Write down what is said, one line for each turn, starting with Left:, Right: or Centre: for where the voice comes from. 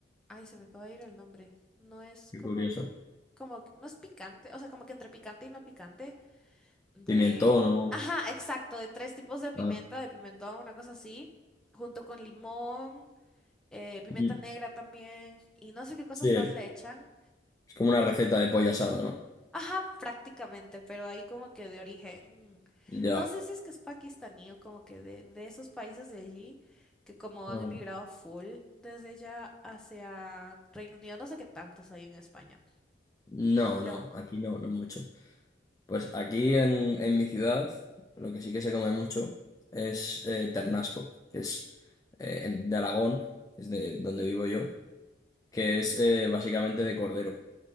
Centre: Ay, se me acaba de ir el nombre. No es
Left: qué
Centre: como
Left: curioso.
Centre: que, como, que- no es picante, o sea, como que entre picante y no picante, de,
Left: Pimentón o...
Centre: ajá, exacto, de tres tipos de pimienta,
Left: ah,
Centre: de pimentón, una cosa así, junto con limón, eh, pimienta
Left: mm.
Centre: negra también, y no sé qué cosas
Left: Sí,
Centre: más
Left: es
Centre: le echan.
Left: es como una receta de pollo asado, ¿no?
Centre: Ajá, prácticamente, pero ahí como que de origen, mm,
Left: Ya.
Centre: no sé si es que es pakistaní o como que de, de esos países de allí, que como
Left: Ajá.
Centre: han emigrado full desde ya hacia Reino Unido, no sé qué tantos hay en España,
Left: No,
Centre: pero
Left: no, aquí no, no mucho. Pues aquí en, en mi ciudad lo que sí que se come mucho es eh, ternasco, que es eh, en- de Aragón, es de donde vivo yo, que es eh, básicamente de cordero